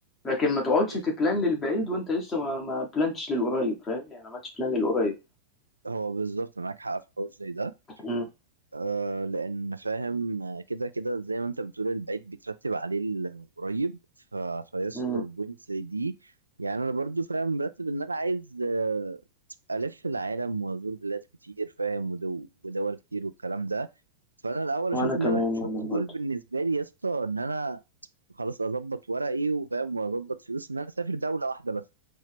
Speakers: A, on the left; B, on the right.
A: لكن ما تقعدش
B: إيه،
A: تبلان للبعيد وانت لسه ما ما بلانتش للقريب فاهم يعني ما عملتش بلان للقريب
B: هو بالظبط معاك حق في حوار زي ده
A: امم
B: آه لان فاهم آه، كده كده زي ما انت بتقول البعيد بيترتب عليه القريب ف... فيسط
A: امم
B: في بوينت زي دي يعني انا برضو فاهم مرتب ان انا عايز آه، الف العالم وازور بلاد كتير فاهم ودو... ودول كتير والكلام ده فانا الاول اشوف
A: وانا كمان
B: ان انا شورت
A: والله
B: جول
A: برضه
B: بالنسبه لي يا اسطى ان انا خلاص اظبط ورقي وفاهم واظبط فلوس ان انا اسافر دوله واحده بس